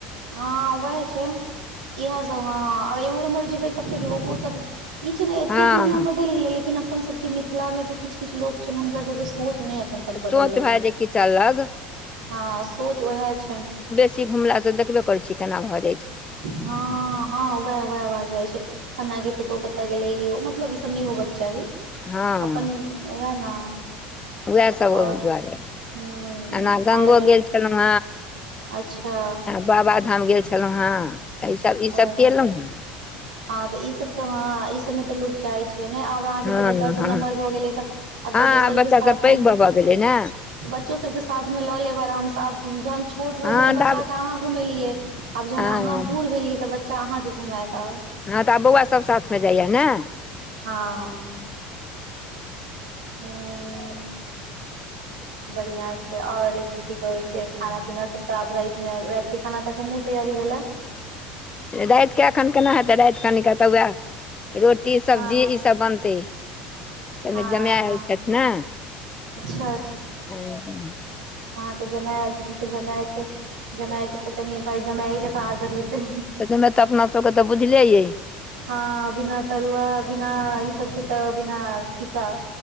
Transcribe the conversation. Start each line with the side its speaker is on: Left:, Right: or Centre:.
Right: हँ उएह छै इएह सब हँ आ एम्हर उम्हर जेबै तऽ फेर लोको सब ई छ ने एते
Left: हँ
Right: दुनिया बदलि गेले लेकिन अपन सब के मिथिला मे जे किछ किछ लोग छैन हुनकर सब के सोच नै अखन तक बदलनि
Left: सोच भए
Right: है
Left: जाइ किछु अलग
Right: हँ सोच वएह छनि
Left: से घुमला स देखबे करै छी केना भऽ जा
Right: हँ हँ उएह वएह भ जाइ छै फल्ना के पुतोहु कतऽ गेलै ईहो मतलब ई सब नहि होबक चाही
Left: हँ
Right: अपन वएह न तऽ
Left: उएह सब ओहि
Right: और
Left: दुआरे
Right: ह
Left: एना गंगो
Right: और
Left: गेल छलहुँ
Right: अच्छा
Left: बाबा धाम गेल छलहुँ हें अ ई सब ई सब
Right: ओ
Left: केलहुॅं हें
Right: हँ तऽ ई सब तऽ हँ ई सबमे तऽ लोग जाइ छै ने और अहाँके
Left: हँ
Right: तऽ बच्चा सब
Left: हँ
Right: नम्हर भऽ गेलै तऽ आब
Left: हँ
Right: तऽ दोसर
Left: बच्चा
Right: के साथो
Left: सब पैघ
Right: नै
Left: भऽ भऽ गेलै ने
Right: बच्चो सभके साथमे लऽ लेब आरामसँ आब जहन छोट रहै
Left: हँ
Right: छै तऽ बच्चाके
Left: आब
Right: अहाँ घुमेलियै आब जहन
Left: हँ
Right: अहाँ बूढ़ भेलियै तऽ बच्चा अहाँके घुमायत आब
Left: हँ तऽ आब बौआ सब साथमे जाइया ने
Right: हँ हं बढ़िआ छै और की कहे छै खाना पीना सब तऽ आब रातिमे राति के खाना तऽ अखन नहि तैयारी भेल या
Left: राति के एखन केना हेतै राति कनि क तऽ वएह रोटी सब्जी
Right: हँ
Left: ईसभ बनतै ताइमे
Right: हँ
Left: जमैय आइल
Right: हँ
Left: छैथ ने
Right: अच्छा
Left: ह <inaudible>
Right: हँ तऽ जमैय आयल छथिन तऽ जमैयके जमैयके तऽ कनि भाई जमैयै जेका आदर हेतै
Left: तैमे तऽ अपना सबके तऽ बुझले यै
Right: हँ बिना तरुआ बिना ई सबके तऽ बिना फीका